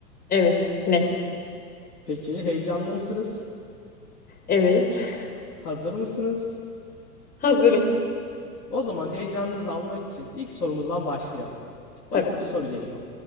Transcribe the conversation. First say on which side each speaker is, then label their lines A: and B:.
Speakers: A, on the left; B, on the left.
A: Evet, net.
B: Peki heyecanlı mısınız?
A: Evet.
B: Hazır mısınız?
A: <laughs> Hazırım
B: O zaman heyecanınızı almak için ilk sorumuzdan başlayalım.
A: tabii.
B: Basit bir soru geliyor.